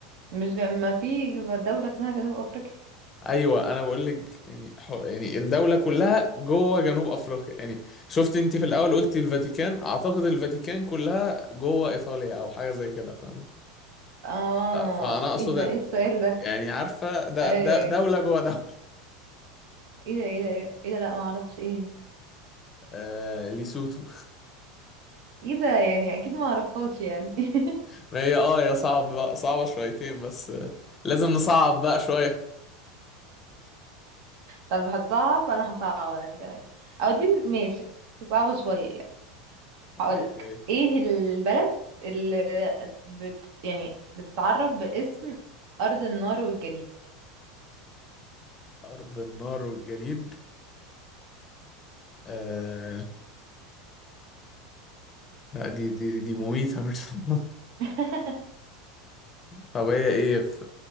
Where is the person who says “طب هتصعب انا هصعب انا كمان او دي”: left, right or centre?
Right